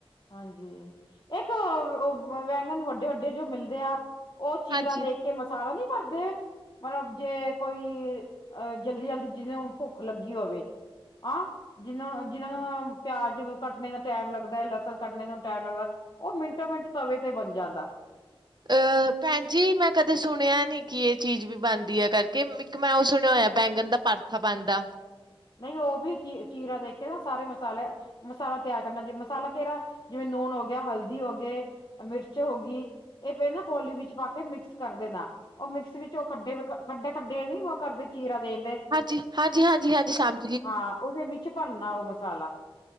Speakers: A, on the left; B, on the right.
A: ਹਾਂਜੀ। ਏਕ ਵੈਂਗਨ ਵੱਡੇ ਵੱਡੇ ਜੋ ਮਿਲਦੇ ਆ। ਓ ਚੀਰਾ
B: ਹਾਂਜੀ
A: ਦੇ ਕੇ ਮਸਾਲਾ ਨੀ ਭਰਦੇ। ਮਤਲਬ ਜੇ ਕੋਈ ਅ ਜਲਦੀ ਜਲਦੀ ਜਿਹਨੂੰ ਭੁੱਖ ਲੱਗੀ ਹੋਵੇ। ਆਂ ਜਿਹਨੂੰ ਜਿਹਨਾਂ ਨੂੰ ਪਿਆਜ ਕੱਟਣੇ ਦਾ ਟੈਮ ਲੱਗਦਾ ਐ। ਲਸ। ਨਾ ਕੱਟਨੇ ਨੂੰ ਟੈਮ ਲੱਗਦਾ ਓ ਮਿੰਟੋ ਮਿੰਟ ਤਵੇ ਤੇ ਬਣ ਜਾਂਦਾ।
B: ਅ ਭੈਣ ਜੀ ਮੈਂ ਕਦੇ ਸੁਣਿਆ ਨੀ ਕਿ ਏ ਚੀਜ਼ ਵੀ ਬਣਦੀ ਹੈ ਕਰਕੇ ਇੱਕ ਮੈਂ ਓ ਸੁਣਿਆ ਹੋਇਆ। ਬੈਂਗਣ ਦਾ ਪਰਥਾ ਬਣਦਾ।
A: ਨਹੀਂ ਓ ਵੀ ਚੀ ਚੀਰਾ ਦੇ ਕੇ ਨਾ ਸਾਰੇ ਮਸਾਲੇ। ਮਸਾਲਾ ਤਿਆਰ ਕਰਨਾ ਜੇ ਮਸਾਲਾ ਕਿਹਰਾ ਜਿਵੇਂ ਨੂਣ ਹੋ ਗਿਆ ਹਲਦੀ ਹੋ ਗੇ ਮਿਰਚ ਹੋਗੀ। ਇਹ ਪਏ ਨਾ ਕੋਲੀ ਵਿੱਚ ਪਾ ਕੇ ਮਿਕਸ ਕਰ ਦੇਣਾ। ਓ ਮਿਕਸ ਵਿੱਚ ਓ ਖੱਡੇ ਖੱਡੇ ਖੱਡੇ ਨੀ ਕਰਦੇ ਚੀਰਾ ਦੇਣਦੇ।
B: ਹਾਂਜੀ -ਹਾਂਜੀ, ਹਾਂਜੀ -ਹਾਂਜੀ ਸ਼ਾਮ
A: ਹਾਂ ਓਹਦੇ ਵਿੱਚ ਭਰਨਾ ਔ ਮਸਾਲਾ।